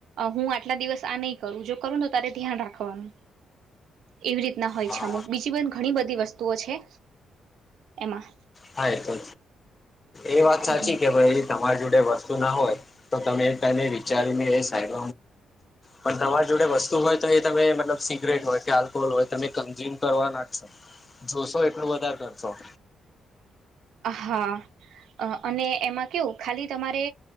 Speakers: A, on the right; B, on the left.
A: હું આટલા દિવસ આ નહી કરું જો કરું ને તારે ધ્યાન રાખવાનું. એવી રીતના હોય
B: હા
A: છે અમુક બીજી ઘણી બધી વસ્તુઓ છે, એમાં.
B: હા એ તો, એ વાત
A: એમાં
B: સાચી કેવાય તમારી જોડે વસ્તુ ના હોય, તો તમે એક ટાઇમએ વિચારીને એ સહેમ. પણ તમારી જોડે વસ્તુ હોય તો એ તમે મતલબ સીગ્રેટ હોય કે આલ્કોહોલ હોય તમે કન્ઝ્યુમ કરવા નાખશો. જોશો એટલું વધારે કરશો.
A: હા, અને એમાં કેવું ખાલી તમારે